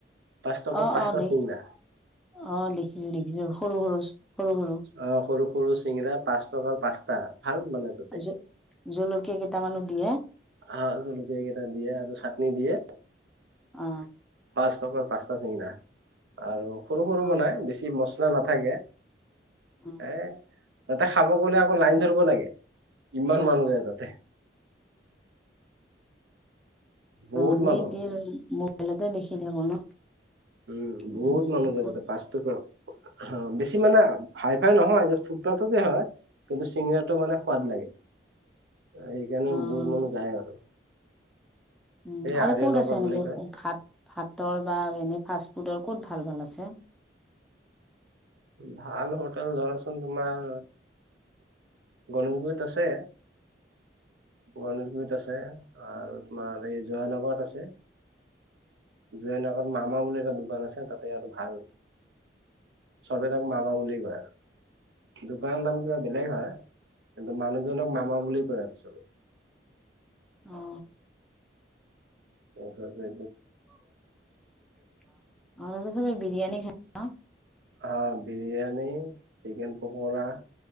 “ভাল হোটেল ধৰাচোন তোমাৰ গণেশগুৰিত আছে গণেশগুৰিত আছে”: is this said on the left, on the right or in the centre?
Right